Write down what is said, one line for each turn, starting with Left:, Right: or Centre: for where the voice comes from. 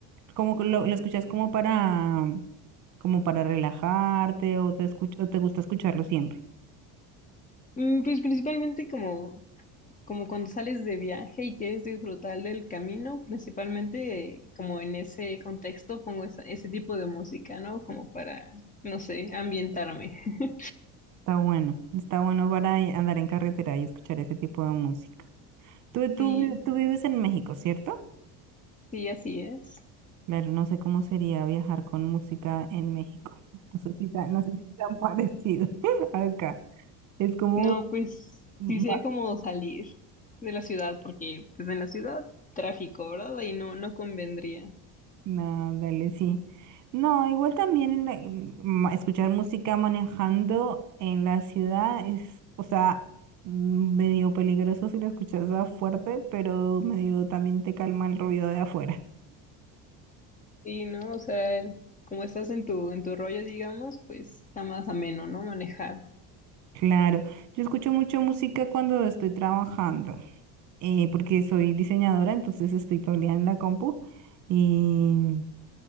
Right: Como que lo, lo escuchas como para, como para relajarte o te escuch- o te gusta escucharlo siempre.
Left: Mm, Pues principalmente como, como cuando sales de viaje y quieres disfrutar del camino, principalmente como en ese contexto pongo esa- ese tipo de música, ¿no? Como para, no sé, ambientarme. <laughs>
Right: Está bueno. Está bueno para eh, andar en carretera y escuchar ese tipo de música. Tú, tú,
Left: Sí,
Right: vi- tú vives en México, ¿cierto?
Left: sí, así es.
Right: Claro, no sé cómo sería viajar con música en México. <laughs> No sé si tan, no sé si tan parecido <laughs> acá. Es como,
Left: No, pues
Right: ma-
Left: sí sería como salir de la ciudad, porque pues en la ciudad tráfico, ¿verdad? Y no, no convendría.
Right: no, dale, sí. No, igual también en la- en ma- escuchar música manejando en la ciudad es, o sea, mm, medio peligroso si la escuchas a fuerte, pero medio también te calma el ruido de afuera.
Left: Y no, o sea, el- como estás en tu, en tu rollo, digamos, pues está más ameno, ¿no? Manejar.
Right: Claro, yo escucho mucho música cuando estoy trabajando. eh, porque soy diseñadora, entonces estoy todo el día en la compu y,